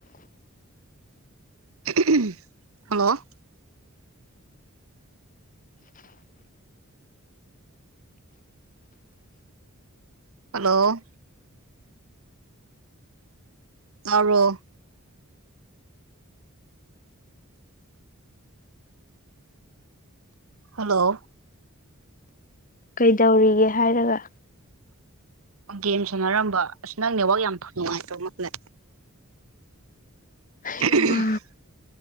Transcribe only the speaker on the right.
<unintelligible> ꯍꯜꯂꯣ ꯑꯜꯂꯣ ꯇꯥꯕꯔꯣ ꯍꯜꯂꯣ
ꯒꯦꯝ ꯁꯅꯔꯝꯕ ꯑꯁ ꯅꯪ ꯅꯦꯋꯥꯛ ꯌꯥꯝ ꯐꯪ ꯅꯨꯡꯉꯥꯏꯇ ꯃꯥꯜꯂꯦ
<unintelligible>